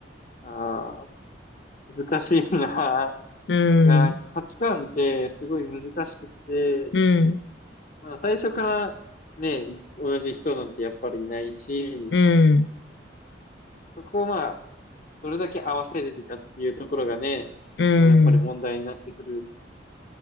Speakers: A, on the left (about 45°); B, on the left (about 70°).
A: ああ。難しいな。
B: うん、
A: いや、価値観ってすごい難しくって、
B: うん、
A: まあ最初からね、い同じ人なんてやっぱりいないし、
B: うん、
A: そこをまあ、どれだけ合わせれるかっていうところがね、
B: うん、
A: そのやっぱり問題になってくる